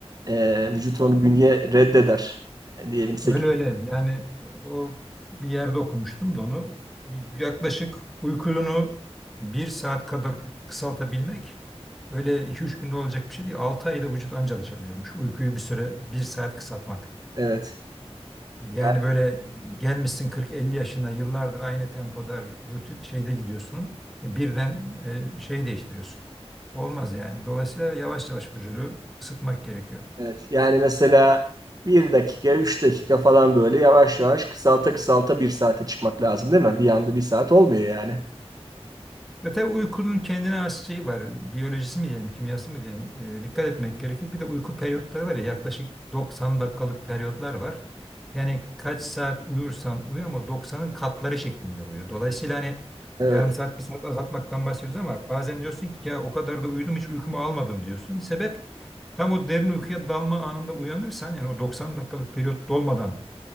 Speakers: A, on the right; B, in the centre.
A: e, vücut onu bünye reddeder. Diyelim 8.
B: Öyle öyle. Yani o bir yerde okumuştum da onu. Bir- Yaklaşık uykunu bir saat kadar kısaltabilmek öyle iki üç günde olacak bir şey değil. altı ayda vücut anca alışabiliyormuş. Uykuyu bir süre bir saat kısaltmak.
A: Evet.
B: Yani
A: Yani,
B: böyle gelmişsin 40-50 yaşına yıllardır aynı tempoda rutin, şeyde gidiyorsun. E, Birden e, şey değiştiriyorsun. Olmaz yani. Dolayısıyla yavaş yavaş vücudu ısıtmak gerekiyor.
A: evet. Yani mesela bir dakika 3 dakika falan böyle yavaş yavaş kısalta kısalta bir saate çıkmak lazım değil mi? Bir anda bir saat olmuyor yani.
B: Ya tabii uykunun kendine has şeyi var. Biyolojisi mi diyelim, kimyası mı diyelim. e, dikkat etmek gerekir. Bir de uyku periyotları var ya yaklaşık 90 dakikalık periyotlar var. Yani kaç saat uyursan uyu ama 90'ın katları şeklinde uyu. Dolayısıyla hani
A: Evet.
B: yarım saat bir saat azaltmaktan bahsediyoruz ama bazen diyorsun ki ya o kadar da uyudum hiç uykumu almadım diyorsun. Sebep tam o derin uykuya dalma anında uyanırsan yani o 90 dakikalık periyot dolmadan